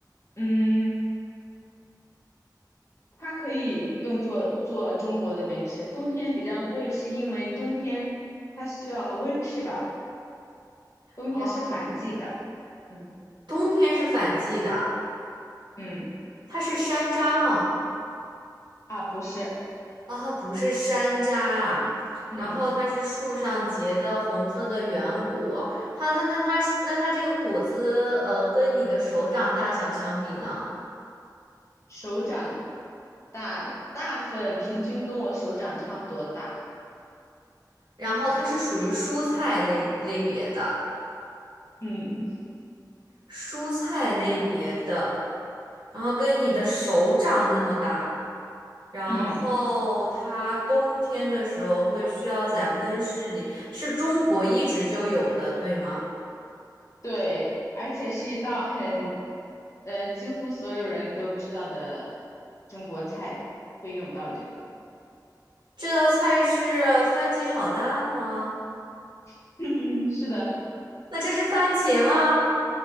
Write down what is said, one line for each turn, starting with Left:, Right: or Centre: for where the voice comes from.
Left: 嗯，它可以用作做中国的美食。冬天比较贵，是因为冬天它需要温室吧？冬天是反季的。
Right: 啊，
Left: 嗯
Right: 冬天是反季的，
Left: 嗯，
Right: 它是山楂吗？
Left: 啊，不是，
Right: 啊，不是山楂啊然后它是树上结的红色的圆果，
Left: 嗯，
Right: 它它那它是那它这个果子，呃，跟你的手掌大小相比呢？
Left: 手掌大，大部分平均跟我手掌差不多大。
Right: 然后它是属于蔬菜类类别的，
Left: 嗯
Right: 蔬菜类别的，然后跟你的手掌那么大，然后它冬天的时候会需要在温室里，
Left: 嗯。
Right: 是中国一直就有的，对吗？
Left: 对，而且是一道很，呃，几乎所有人都知道的中国菜会用到这个。
Right: 这道菜是番茄炒蛋吗？
Left: <laughs> 嗯，是的，
Right: 那这是番茄吗？